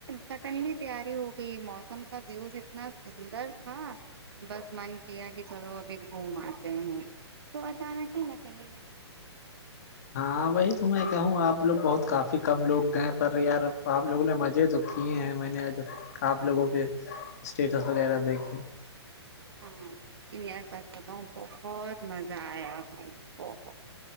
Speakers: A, on the right; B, on the left.
A: سٹنلی تیاری ہوگ کہ موسم کا ویوز اتنا سندر تھا بس من کیا کہ چلو ابھی وہ آتے ہیں تو اچانک ہی ہم چلے گیے
B: ہاں وہی تو میں کہوں آپ لوگ بہت کافی کم لوگ گئے پر یار آپ لوگوں نے مجے کیے ہیں میں نے آپ لوگوں کے اسٹیٹس وغیرہ دیکھے
A: ہاں لیکن یار سچ بتاؤ بہت مزہ آیا بھائی بہت